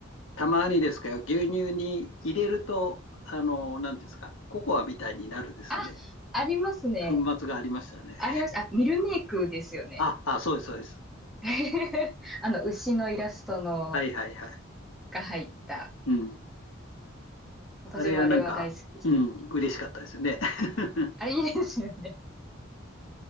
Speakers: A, on the left; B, in the centre.
A: たまにですけど、牛乳に入れると、あの、なんていうんですか、ココアみたいになるですね。
B: あ、ありますね。
A: 粉末がありましたね。
B: ありました。あ、ミルメイクですよね。
A: あ、あ、そうです、そうです。
B: <laughs> あの、牛のイラストの
A: はい、はい、はい。
B: が入った。
A: うん。
B: 私もあれは大好きでした。
A: あれはなんか、うん、嬉しかったですね。<laughs>
B: あれいいですよね。